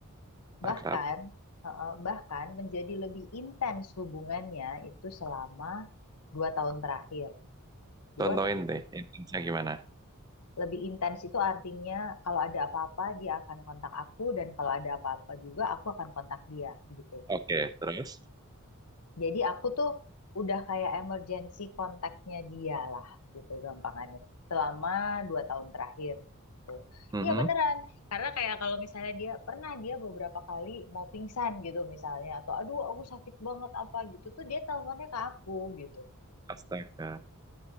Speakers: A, on the right; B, on the left.
A: akrab.
B: bahkan eh, eh, bahkan menjadi lebih intens hubungannya itu selama dua tahun terakhir. Dua
A: Contohin
B: te-
A: deh, intinya gimana?
B: lebih intens itu artinya kalau ada apa-apa dia akan kontak aku dan kalau ada apa-apa juga aku akan kontak dia gitu.
A: Oke, terus?
B: Jadi aku tuh udah kayak emergency kontaknya dia lah gitu gampangannya. Selama dua tahun terakhir gitu.
A: Mhm.
B: Iya beneran. Karena kayak kalau misalnya dia pernah dia beberapa kali mau pingsan gitu misalnya atau aduh aku sakit banget apa gitu tuh dia teleponnya ke aku gitu.
A: Astaga.